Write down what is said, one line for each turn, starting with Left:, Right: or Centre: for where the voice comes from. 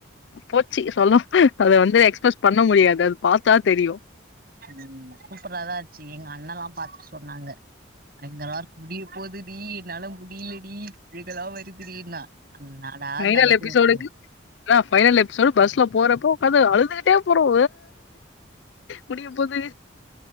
Left: போச்சு சொல்லோ அத வந்து எக்ஸ்பிரஸ் பண்ண முடியாது அது பார்த்தா தெரியூ
Right: ம் சூப்பராதா ஆச்சு எங்க அண்ணல்லா பார்த்துட்டு சொன்னாங்க எங்க எல்லாருக்கோ முடிய போதுடி என்னால முடியலடி அழுகலா வருதுன்னா அந்நாடா
Left: ஃபைனல்
Right: அந்த அளவுக்கு
Left: எபிசோடுக்கு
Right: வர்தே
Left: ஆ ஃபைனல் எபிசோடு பஸ்ல போறப்போ உக்காந்து அழுதுகிட்டே போறோ முடிய போது